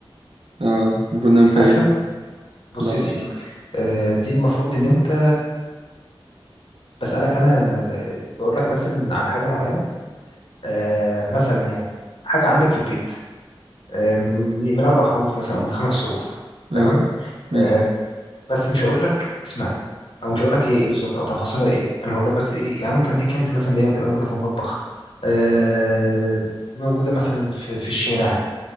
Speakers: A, on the right; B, on the left.
A: اه المفروض نعمل فيها
B: عارفها
A: ايه؟ دي؟
B: بص
A: لا
B: يا سيدي
A: مش عارف
B: آه، دي المفروض ان انت بسالك انا آه، بقول لك مثلا على حاجه معينه آه، مثلا يعني حاجه عندك في البيت آه، من من اربع حروف مثلا او من خمس حروف
A: اه
B: تمام
A: ماشي
B: آه، بس مش هقول لك اسمها او مش هقول لك هي ايه بالظبط او تفاصيلها ايه انا هقول لك بس ايه يعني ممكن اديك انت مثلا اللي هي بتبقى موجوده في المطبخ آه موجوده مثلا في, في الشارع